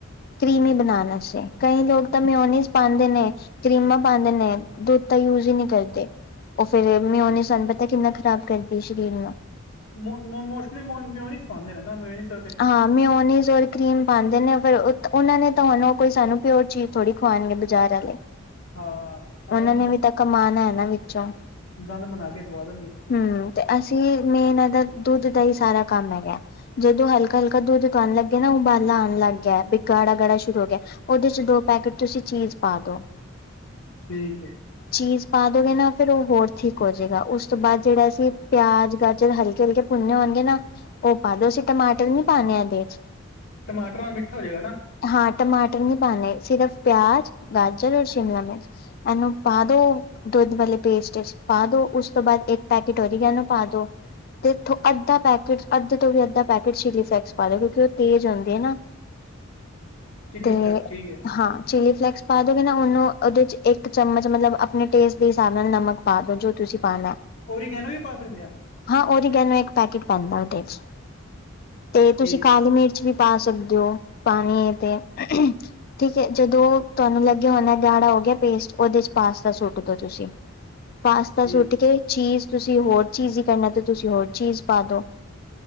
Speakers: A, on the left (about 45°); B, on the left (about 85°).
A: ਕਰੀਮੀ ਬਣਾਣ ਵਾਵਸੇ, ਕਈ ਲੋਕ ਤਾਂ ਮਿਓਨੀਸ ਪਾਂਦੇ ਨੇ। ਕਰੀਮਾਂ ਪਾਉਦੇ ਨੇ, ਦੁੱਧ ਤਾਂ ਯੂਜ ਈ ਨਈਂ ਕਰਦੇ, ਉਹ ਫੇਰ ਮਿਉਨੀਸਨ ਤਾਂ ਕਿੰਨਾ ਖ਼ਰਾਬ ਕਰਦੀ ਸਰੀਰ ਨੂੰ।
B: ਮ ਮੋਸਲੀ ਮਿਓਨੀਸ ਪਾਂਦੇ ਨੇ ਨਾ ਮਿਓਨਿਸ।
A: ਹਾਂ ਮੇਊਨੀ ਸੋਸ ਕਰੀਮ ਪਾਦੇ ਨੇ ਫਿਰ ਓ ਓਨਾਂ ਨੇ ਤਾਂ ਤੁਹਾਨੂੰ ਕੋਈ ਸਾਨੂੰ ਪਿਓਰ ਚੀਜ਼ ਥੋੜੀ ਖਵਾਣੀ ਬਾਜ਼ਾਰ ਵਾਲੇ
B: ਹਾਂ ਐਵੇਂ
A: ਓਨਾਂ ਨੇ ਵੀ ਤਾਂ ਕਮਾਣਾ ਆ ਵਿੱਚੋਂ।
B: ਗੰਦ ਬਨਾ ਕੇ ਖਵਾ ਦੇਣਗੇ।
A: ਹੂੰ ਤੇ ਅਸੀਂ ਮੇਨ ਏਦਰ ਦੁੱਧ ਦਾ ਹੀ ਸਾਰਾ ਕੰਮ ਹੈਗਾ ਜਦੋਂ ਹਲੀ ਕਲ ਕਾ ਦੂਧ ਤੋਂ ਉਬਾਲਾ ਆਣ ਲਾ ਗੇਆ ਨਾ ਉਬਾਲਾ ਆਣ ਲੱਗ ਗਿਆ, ਬੀ ਗਾੜਾ-ਗਾੜਾ ਸ਼ੁਰੂ ਹੋ ਗਿਆ। ਓਦੇ ਚ ਦੋ ਪੈਕੇਟ ਤੁਸੀਂ ਚੀਸ ਪਾ ਦੋ।
B: ਠੀਕ ਐ।
A: ਚੀਸ ਪਾ ਦੋਗੇ ਨਾ ਫੇਰ ਓ ਹੋਰ ਠੀਕ ਹੋ ਜੇਗਾ ਉਸ ਤੋਂ ਬਾਦ ਜੇੜਾ ਅਸੀਂ ਪਿਆਜ, ਗਾਜਰ, ਹਲਕੇ-ਹਲਕੇ ਭੁੰਨੇ ਹੋਣਗੇ ਨਾ ਓਪਾ ਦੋ ਅਸੀਂ ਟਮਾਟਰ ਨੀ ਪਾਣੇ ਏਦੇ ਚ
B: ਟਮਾਟਰ ਨਾ ਮਿਠਾ ਹੋ ਜੇਗਾ ਨਾ
A: ਹਾਂ ਟਮਾਟਰ ਨੀ ਪਾਣੇ ਸਿਰਫ਼ ਪਿਆਜ, ਗਾਜਰ, ਸ਼ਿਮਲਾ ਮਿਰਚ। ਐਨੂੰ ਪਾਦੋ ਦੁੱਧ ਵਾਲੇ ਪੇਸਟ ਚ ਪਾ ਦੋ ਉਸ ਤੋਂ ਬਾਦ ਇੱਕ ਪੈਕੇਟ ਓਰੀਗਏਨੋ ਪਾ ਦੋ। ਤੇ ਅੱਧਾ ਪੈਕੇਟ ਅੱਧੇ ਤੋਂ ਵੀ ਅੱਧਾ ਪੈਕੇਟ ਚਿਲੀ ਮੈਕਸ ਪਾਦੇ ਕਿਉਂਕਿ ਉਹ ਤੇਜ਼ ਆਦੀ ਏ ਨਾ,
B: ਚਿੱਲੀ
A: ਤੇ
B: ਫਲੈਕਸ ਠੀਕ ਹੈ
A: ਹਾਂ ਚਿਲੀ ਫਲੇਕਸ ਪਾ ਦਓਗੇ ਨਾ ਓਨੂੰ ਓਦੇ ਚ ਇੱਕ ਚਮਚ ਮਤਲਬ ਆਪਣੇ ਟੇਸਟ ਦੇ ਹਿਸਾਬ ਨਾਲ ਨਮਕ ਪਾ ਦੋ ਜੋ ਤੁਸੀਂ ਪਾਣੈ।
B: ਓਰੇਗੇਨੋ ਵੀ ਪਾ ਸਕਦੇ ਆ?
A: ਹਾਂ ਉਰੀਗੇਨੋ ਇੱਕ ਪੈਕੇਟ ਪੈਂਦਾ ਉਹਦੇ ਚ। ਤੇ ਤੁਸੀਂ
B: ਠੀਕ
A: ਕਾਲੀ
B: ਹੈ
A: ਮਿਰਚ ਵੀ ਪਾ ਸਕਦੇ ਓ ਪਾਣੀ ਏ ਤੇ। ਠੀਕ ਏ ਜਦੋਂ ਤੁਹਾਨੂੰ ਲੱਗਿਆ ਹੋਣਾ ਗਾੜਾ ਹੋ ਗਿਆ ਪੇਸਟ ਓਦੇ ਚ ਪਾਸਤਾ ਸੁੱਟ ਦੋ ਤੁਸੀਂ। ਪਾਸਤਾ
B: ਠੀਕ
A: ਸੁੱਟ ਕੇ ਚੀਸ ਤੁਸੀਂ ਹੋਰ ਚੀਸ ਕਰਨਾ ਤੇ ਤੁਸੀਂ ਹੋਰ ਚੀਸ ਪਾ ਦੋ।